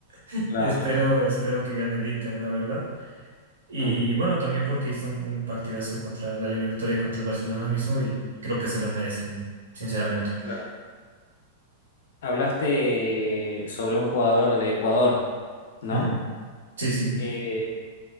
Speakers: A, on the right; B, on the left.
A: <laughs>
B: claro.
A: espero, espero que gane el Inter, la verdad. Y
B: Mm,
A: bueno, también porque hizo un, un partidazo contra la eliminatoria contra el Barcelona mismo y creo que se lo merecen, sinceramente.
B: claro. Hablaste sobre un jugador de Ecuador. ¿no?
A: Ujú. Sí, sí.
B: Eh,